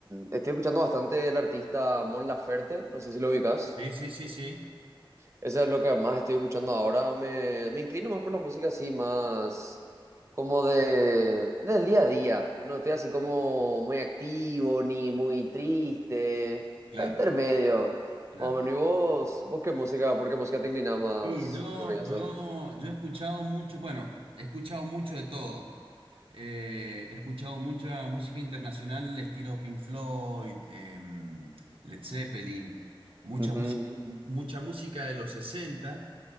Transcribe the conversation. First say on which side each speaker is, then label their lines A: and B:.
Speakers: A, on the right; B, on the right.
A: estoy escuchando bastante el artista Mon Laferte. No sé si lo ubicas.
B: Sí, sí, sí, sí.
A: Eso es lo que más estoy escuchando ahora. Me, me inclino más por la música así, más como de, del día a día. No estoy así como muy activo ni muy triste. Está
B: Claro,
A: intermedio.
B: claro.
A: Más o menos. ¿Y vos, vos qué música? ¿Por qué música te inclinás más?
B: Sí, yo,
A: Amigazo?
B: yo, yo he escuchado mucho, bueno, he escuchado mucho de todo. Eh, he escuchado mucha música internacional, estilo Pink Floyd, em, Led Zeppelin, mucha
A: Ujú,
B: música,
A: ujú,
B: mucha música de los sesenta